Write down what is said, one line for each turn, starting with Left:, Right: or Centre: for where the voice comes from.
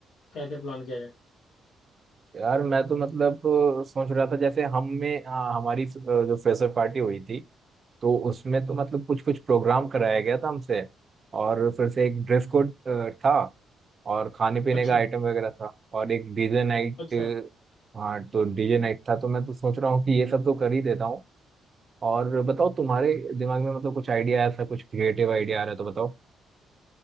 Left: कैसे प्लान किया जाए
Right: यार मैं तो मतलब अ, सोच रहा था जैसे हम में हाँ, हमारी अ, जो फ्रेशर पार्टी हुई थी तो उसमें तो मतलब कुछ कुछ प्रोग्राम कराया गया था हमसे और फिर से एक ड्रेस कोड था और खाने पीने
Left: अच्छा
Right: का आइटम वगैरह था और एक डीजे नाइट
Left: अच्छा
Right: हाँ तो डीजे नाइट था तो मैं तो सोच रहा हूँ कि ये सब तो कर ही देता हूँ और बताओ तुम्हारे दिमाग में मतलब कुछ आइडिया ऐसा कुछ क्रिएटिव आइडिया आ रहा है तो बताओ